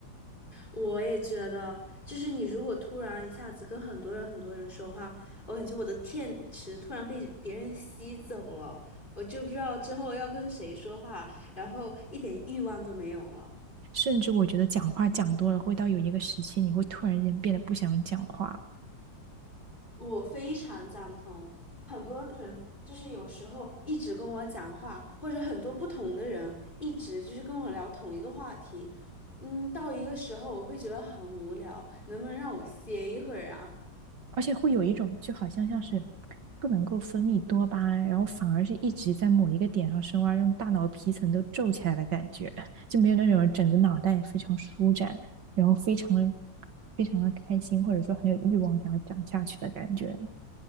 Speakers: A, on the left; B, on the right.
A: 我也觉得，就是你如果突然一下子跟很多人很多人说话，我感觉我的电池突然被别人吸走了，我就不知道之后要跟谁说话，然后一点欲望都没有了。
B: 甚至我觉得讲话讲多了，会到有一个时期，你会突然间变得不想讲话了。
A: 我非常赞同，很多人就是有时候一直跟我讲话，或者很多不同的人一直就是跟我聊同一个话题，嗯，到一个时候我会觉得很无聊，能不能让我歇一会儿啊？
B: 而且会有一种就好像像是不能够分泌多巴胺，然后反而是一直在某一个点上深挖，让大脑皮层都皱起来的感觉，就没有那种整个脑袋非常舒展，然后非常的非常的开心，或者说很有欲望想要讲下去的感觉。